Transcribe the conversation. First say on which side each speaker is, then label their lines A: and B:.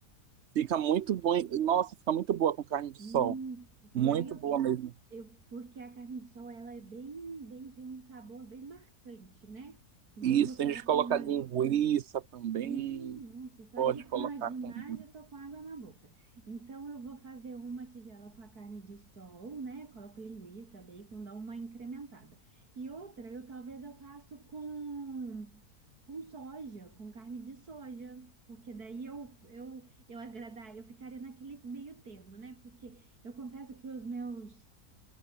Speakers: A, on the right (about 60°); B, on the right (about 80°).
A: Fica muito bom. Nossa, fica muito boa com carne de
B: Hum,
A: sol.
B: e
A: Muito
B: aí eu,
A: boa mesmo.
B: eu porque a carne de sol ela é bem bem tem um sabor bem marcante, né? Então
A: Isso,
B: eu faço
A: tem gente que coloca
B: uma
A: linguiça também.
B: Hum, nossa, só
A: Pode
B: de
A: colocar
B: imaginar
A: também.
B: já tô com água na boca. Então eu vou fazer uma tigela com a carne de sol, né? Coloco linguiça, bacon, dá uma incrementada. E outra, eu talvez eu faço com com soja, com carne de soja, porque daí eu eu eu agradar, eu ficaria naquele meio termo, né? Porque eu confesso que os meus